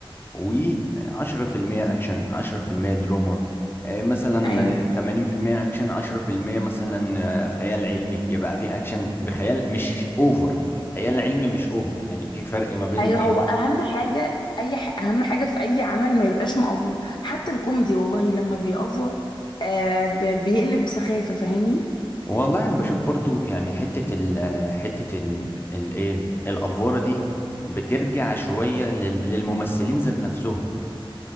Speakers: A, on the left; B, on the left.
A: و10% اكشن 10% دراما آه، مثلا
B: ايوه
A: 80% اكشن 10% مثلا آه، خيال علمي يبقى في اكشن بخيال مش اوفر خيال علمي مش اوفر يعني في فرق ما بين
B: ايوه
A: ايه
B: هو اهم حاجه اي ح... اهم حاجه في اي عمل ما يبقاش مأفور حتى الكوميدي والله لما بيأفور آه ب... بيقلب سخافه فاهمني
A: والله انا بشوف برضو يعني حتة ال آه، حتة ال ال- ايه الافوارة دي بترجع شوية لل- للممثلين ذات نفسهم